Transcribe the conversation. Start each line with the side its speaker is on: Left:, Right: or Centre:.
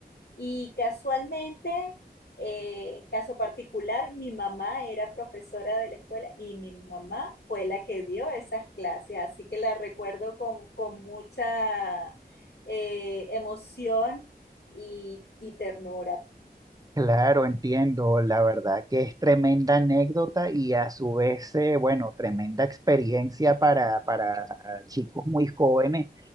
Left: Y casualmente, eh, caso particular, mi mamá era profesora de la escuela y mi mamá fue la que dio esas clases, así que la recuerdo con, con mucha eh, emoción y, y ternura.
Right: Claro, entiendo, la verdad que es tremenda anécdota y a su vez, eh, bueno, tremenda experiencia para, para chicos muy jóvenes